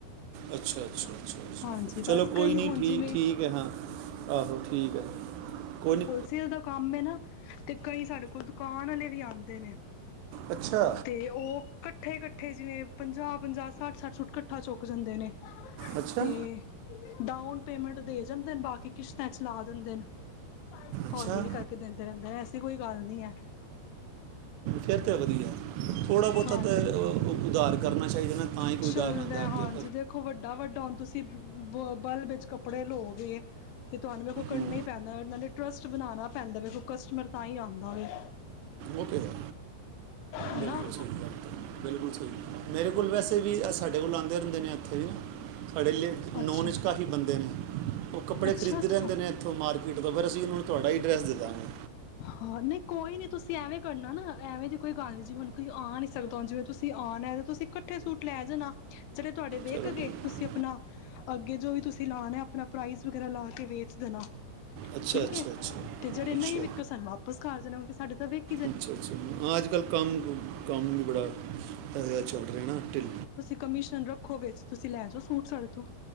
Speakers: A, on the right (about 80°); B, on the left (about 80°).
A: ਅੱਛਾ ਅੱਛਾ ਅੱਛਾ ਅੱਛਾ।
B: ਹਾਂਜੀ
A: ਚਲੋ
B: ਬਸ
A: ਕੋਈ
B: ਕਈ
A: ਨੀ
B: ਹੁਣ
A: ਠੀਕ
B: ਜਿਵੇਂ
A: ਠੀਕ ਏ ਹਾਂ‌। ਆਹੋ ਠੀਕ ਐ। ਕੋਈ ਨੀ।
B: ਸੇਲ ਦਾ ਕੰਮ ਏ ਨਾ ਤੇ ਕਈ ਸਾਡੇ ਕੋਲ਼ ਦੁਕਾਨ ਆਲੇ ਵੀ ਆਂਦੇ ਨੇ।
A: ਅੱਛਾ
B: ਤੇ ਉਹ ਕੱਠੇ ਕੱਠੇ ਜਿਵੇਂ ਪੰਜਾਹ -ਪੰਜਾਹ ਸੱਠ- ਸੱਠ ਸੂਟ ਕੱਠ ਠਾ ਚੁੱਕ ਜਾਂਦੇ ਨੇ।
A: ਅੱਛਾ
B: ਤੇ ਡਾਊਨ ਪੇਮੈਂਟ ਦੇ ਜਾਂਦੇ ਨੇ ਬਾਕੀ ਕਿਸ਼ਤਾਂ ਚਲਾ ਦਿੰਦੇ ਨੇ। ਹੌਲੀ
A: ਅੱਛਾ
B: ਹੌਲੀ ਕਰਕੇ ਦਿੰਦੇ ਰਹਿੰਦੇ ਆ ਐਸੀ ਕੋਈ ਗੱਲ ਨ੍ਹੀਂ ਐ।
A: ਫ਼ਿਰ ਤੇ ਵਧੀਆਂ ਆ। ਥੋੜ੍ਹਾ ਬਹੁਤਾ
B: ਹਾਂ
A: ਤਾਂ ਉਧਾਰ ਕਰਨਾ ਚਾਹੀਦਾ ਨਾ। ਤਾਂ ਹੀ ਕੋਈ
B: ਚੱਲਦਾ
A: ਗਾਹਕ ਆਂਦਾ ਅੱਗੇ।
B: ਹਾਂਜੀ ਦੇਖੋ ਵੱਡਾ ਵੱਡਾ ਹੁਣ ਤੁਸੀਂ ਬ ਬਲ ਵਿੱਚ ਕੱਪੜੇ ਲਓਗੇ ਤੇ ਤਹਾਨੂੰ ਵੇਖੋਂ ਕਰਨਾ
A: ਹੂੰ
B: ਹੀ ਪੈਂਦਾ। <unintelligible> ਨੇ ਟਰੱਸਟ ਬਣਾਣਾ ਪੈਂਦਾ ਵੇਖੋ ਕਸਟਮਰ ਤਾਂ ਹੀ ਆਂਦਾ ਵੇ।
A: ਓ ਤੇ ਹੈ
B: ਹਨਾ
A: ਬਿਲਕੁਲ ਸਹੀ ਗੱਲ ਐ। ਬਿਲਕੁਲ ਸਹੀ ਮੇਰੇ ਕੋਲ਼ ਵੈਸੇ ਵੀ ਸਾਡੇ ਕੋਲ਼ ਆਂਦੇ ਰਹਿੰਦੇ ਨੇ ਇੱਥੇ ਵੀ। <unintelligible>
B: ਅੱਛਾ
A: ਨੌਨ 'ਚ ਕਾਫ਼ੀ ਬੰਦੇ ਨੇ ਉਹ ਕੱਪੜੇ
B: ਅੱਛਾ
A: ਖਰੀਦੀਦੇ
B: ਅੱਛਾ
A: ਰਹਿੰਦੇ ਨੇ। ਉੱਥੋਂ ਮਾਰਕੀਟ ਤੋਂ ਫ਼ਿਰ ਅਸੀਂ ਉਹਨਾਂ ਨੂੰ ਤੁਹਾਡਾ ਹੀ ਐਡਰੈੱਸ ਦੇਦਾਂਗੇ।
B: ਹਾਂ ਨਹੀਂ ਕੋਈ ਨੀ ਤੁਸੀਂ ਐਵੇਂ ਕਰਨਾ ਨਾ ਐਵੇਂ ਦੀ ਕੋਈ ਗੱਲ ਨੀ ਜਿਵੇਂ ਹੁਣ ਕੋਈ ਆ ਨੀ ਸਕਦਾ। ਜਿਵੇਂ ਤੁਸੀਂ ਆਣਾ ਤੁਸੀਂ ਕੱਠੇ ਸੂਟ ਲੈ ਜਾਣਾ। ਜਿਹੜੇ ਤੁਹਾਡੇ ਵਕਿ
A: ਚਲੋ
B: ਗੇ
A: ਠੀਕ ਹੈ।
B: ਤੁਸੀਂ ਆਪਣਾ ਅੱਗੇ ਜੋ ਵੀ ਤੁਸੀਂ ਲਾਣਾ ਆਪਣਾ ਪ੍ਰਾਈਜ਼ ਵਗੈਰਾ ਲਾ ਕੇ ਵੇਚ ਦੇਣਾ।
A: ਅੱਛਾ
B: ਠੀਕ
A: ਅੱਛਾ
B: ਏ
A: ਅੱਛਾ ਅੱਛਾ
B: ਜਿਹੜੇ
A: ਅੱਛਾ
B: ਨਹੀਂ ਵਿਕੇ ਸਾਨੂੰ ਵਾਪਿਸ ਕਰ ਜਾਣਾ। ਕਿਉਂਕਿ ਸਾਡੇ ਤਾਂ ਵੇਕ
A: ਅੱਛਾ ਅੱਛਾ ਅੱਜ- ਕੱਲ੍ਹ ਕੰਮ, ਕੰਮ ਵੀ ਬੜਾ ਇਹੋ ਜਿਹਾ ਚੱਲ ਰਿਹਾ ਨਾ। ਢਿੱਲ
B: ਕਮੀਸ਼ਨ ਰੱਖੋਂ ਵਿੱਚ ਤੁਸੀਂ ਲੈ ਜਾਓ ਸੂਟ ਸਾਡੇ ਤੋਂ